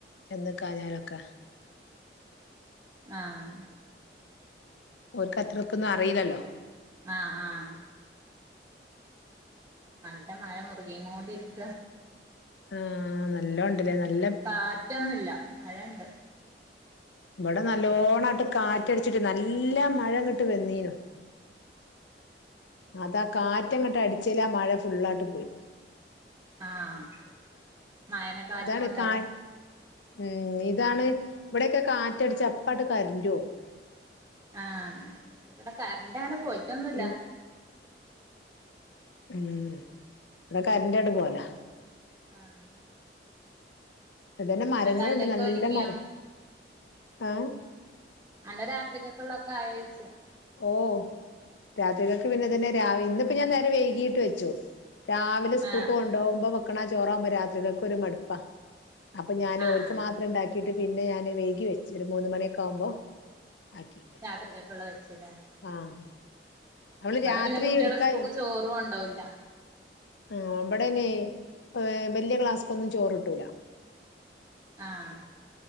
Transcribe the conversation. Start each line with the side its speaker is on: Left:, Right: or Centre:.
Left: ചെന്ന് ക്കാഞ്ഞാലൊക്കെ
Right: ആഹ്
Left: ഓക്ക് അത്രക്കൊന്നും അറിയില്ലല്ലോ
Right: ആഹ് ആഹ് നല്ല മഴ മുറുകീം കൊണ്ടിരിക്ക
Left: മ് അങ്ങനെ ല്ലോം ഉണ്ടല്ലേ നല്
Right: കാറ്റൊന്നുല്ല മഴയുണ്ട്
Left: ഇവിടെ നല്ലോണയിട്ട് കാറ്റടിച്ചിട്ട് നല്ല മഴ ഇങ്ങിട്ട് വെന്നേനു അതാ കാറ്റങ്ങട്ട് അടിച്ചേല് ആ മഴ ഫുള്ളായിട്ട് പോയി
Right: ആഹ് മഴനെ കാറ്റ്
Left: ഇതാണ്
Right: കൊണ്ടോയോ
Left: കാ ഉം ഇതാണ് ഇവിയൊടൊക്കെ കാറ്റടിച്ച അപ്പാട്ട് കറന്റ് പോവും
Right: ആഹ് ഇവിടെ കറന്റങ്ങനെ പോയിട്ടൊന്നുല്ല
Left: ഈ മ ഉം ഇവിടെ കറ്ന്റെ അടെ പോവല
Right: ആഹ്
Left: അതന്നെ മരങ്ങളുണ്ട്
Right: എന്നിട്ട് അന്റെക്കെ
Left: നല്ല
Right: ഒരുങ്ങിയോ
Left: മരങ്ങ ആഹ്
Right: അല്ല രാത്രികൊക്കള്ളൊക്കെ ആയോച്ചയ
Left: ഓ രാത്രികൾക്ക് പിന്നെ തന്നെ രാ ഇന്നിപ്പോ ഞാൻ നേരം വൈകീട്ട് വെച്ചോള് രാവിലെ സ്കൂൾക്ക്
Right: ആഹ്
Left: കൊണ്ടുപോകുമ്പോ വെക്കണ ചോറാവുമ്പോ രാത്രിക്കൊക്കെ ഒരു മടുപ്പാ അപ്പൊ ഞാനോർക്ക്
Right: ആഹ്
Left: മാത്രം ഉണ്ടാക്കി വീട്ടി പിന്നെ ഞാന് വൈകി വെച്ച് ഒരു മൂന്ന് മണിയൊക്കെ ആവുമ്പോൾ ആക്കി
Right: രാത്രിക്കൊക്കെള്ള വെച്ചിടാൻ
Left: ആഹ് നമ്മള്
Right: ഇവിടെ
Left: രാത്രി
Right: പിന്നെ കുട്ടികൾ
Left: എടുക്കാ
Right: സ്കൂളിൽപ്പോ ചോറു കൊണ്ട് പോകില്ല
Left: ആഹ് ഉം അവിടനെ ഏ വലിയ ക്ലാസ്സ്ക്കൊന്നും ചോറിട്ടൂല
Right: ആഹ്